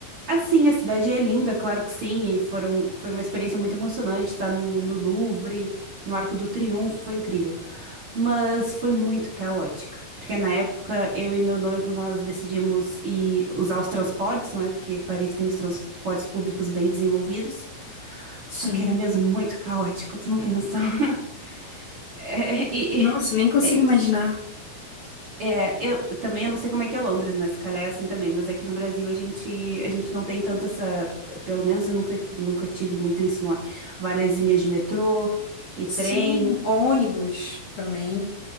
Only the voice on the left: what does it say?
Sim.
Nossa,
nem consigo
imaginar.
Sim,
ônibus também.